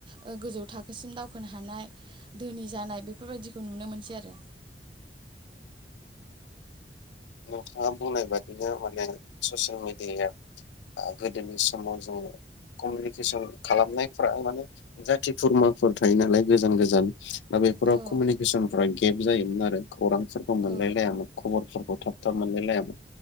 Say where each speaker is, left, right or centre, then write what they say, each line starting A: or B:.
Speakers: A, on the right; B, on the left.
A: ओ गोजौ थाखोसिम दावखोनो हानाय धोनि जानाय बेफोरबाय जों नुनो मोनसै आरो
B: नोंथाङा बुंनाय बादिनो माने ससियेल मिडिया ओ गोदोनि समाव जोङो कमिउनिकेसन खालामनायफ्रा माने जाथि खुरमाफोर थायो नालाय गोजान गोजान दा बेफोराव
A: ओ
B: कमिउनिकेसनफ्रा गेब जायोमोन आरो। खौरांफोरखौ मोनलायलायामोन
A: औ
B: फोरखौ थाब थाब मोनलायलाय लायामोन।